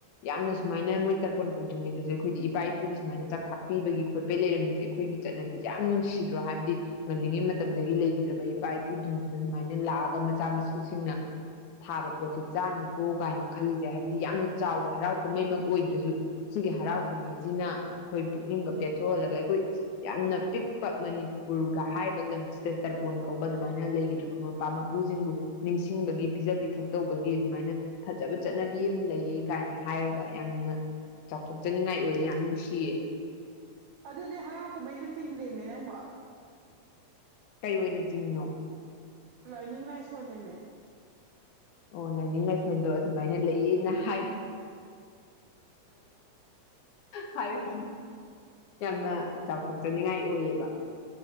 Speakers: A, on the left (about 80°); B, on the right (about 80°).
A: ꯌꯥꯝꯅ ꯁꯨꯃꯥꯏꯅ ꯃꯣꯏ ꯇꯔꯄꯣꯟ ꯀꯧꯗ꯭ꯔꯤꯉꯩꯗꯁꯨ ꯑꯩꯈꯣꯏꯗꯤ ꯏꯄꯥ ꯏꯄꯨꯒꯤ ꯁꯨꯃꯥꯏꯅ ꯆꯥꯛꯊꯥꯛ ꯄꯤꯕꯒꯤ ꯈꯣꯠꯄꯒꯤ ꯂꯩꯔꯝꯃꯤꯁꯦ ꯑꯩꯈꯣꯏꯒꯤ ꯆꯠꯅꯕꯤꯁꯦ ꯌꯥꯝ ꯅꯨꯡꯁꯤꯗ꯭ꯔꯣ ꯍꯥꯏꯕꯗꯤ ꯉꯜꯂꯤꯉꯩ ꯃꯇꯝꯗꯒꯤ ꯂꯩꯈꯤꯗ꯭ꯔꯕ ꯏꯄꯥ ꯏꯄꯨꯁꯤꯡꯗꯨꯅ ꯑꯗꯨꯃꯥꯏꯅ ꯂꯥꯛꯑꯒ ꯃꯆꯥ ꯃꯁꯨꯁꯤꯡꯅ ꯊꯥꯕ ꯄꯣꯠꯁꯦ ꯆꯥꯅꯤꯀꯣ ꯀꯥꯏꯅ ꯈꯜꯂꯤꯁꯦ ꯍꯥꯏꯕꯗꯤ ꯌꯥꯝꯅ ꯆꯥꯎꯕ ꯍꯔꯥꯎ ꯀꯨꯝꯍꯩꯃꯛ ꯑꯣꯏꯗ꯭ꯔꯁꯨ ꯁꯤꯒꯤ ꯍꯔꯥꯎ ꯀꯨꯝꯃꯩꯁꯤꯅ ꯑꯩꯈꯣꯏ ꯄꯨꯛꯅꯤꯡꯒ ꯄꯦꯠꯊꯣꯛꯍꯜꯂꯒ ꯑꯩꯈꯣꯏ ꯌꯥꯝꯅ ꯄꯤꯛꯄ ꯃꯅꯤꯄꯨꯔꯒ ꯍꯥꯏꯔꯤꯕ ꯂꯝꯁꯤꯗ ꯇꯔꯄꯣꯟ ꯀꯧꯕ ꯑꯗꯨꯃꯥꯏꯅ ꯂꯩꯈꯤꯗ꯭ꯔꯕ ꯃꯄꯥ ꯃꯄꯨꯁꯤꯡꯕꯨ ꯅꯤꯡꯁꯤꯡꯕꯒꯤ ꯄꯤꯖ ꯄꯤꯊꯛ ꯇꯧꯕꯒꯤ ꯑꯗꯨꯃꯥꯏꯅ ꯐꯖꯕ ꯆꯠꯅꯕꯤ ꯑꯃ ꯂꯩ ꯀꯥꯏꯅ ꯍꯥꯏꯔꯒ ꯌꯥꯝꯅ ꯆꯥꯎꯊꯣꯛꯆꯅꯤꯡꯉꯥꯏ ꯑꯣꯏꯑꯦ ꯌꯥꯝ ꯅꯨꯡꯁꯤꯌꯦ
B: ꯑꯗꯨꯗꯤ ꯍꯔꯥꯎ ꯀꯨꯝꯃꯩꯗ ꯆꯤꯡꯗꯦꯃꯦ ꯅꯪꯕꯣ
A: ꯀꯩ ꯑꯣꯏꯅ ꯆꯤꯡꯉꯤꯅꯣ
B: ꯂꯥꯏꯅꯤꯡ ꯂꯥꯏꯁꯣꯟꯅꯦꯃꯦ
A: ꯑꯣ ꯂꯥꯏꯅꯤꯡ ꯂꯥꯏꯁꯣꯟꯗꯣ ꯑꯗꯨꯃꯥꯏꯅ ꯂꯩꯌꯦꯅ ꯍꯥꯏ ꯍꯥꯏꯌꯨꯔꯣ ꯌꯥꯝꯅ ꯆꯥꯎꯊꯣꯛꯆꯅꯤꯡꯉꯥꯏ ꯑꯣꯏꯌꯦꯕ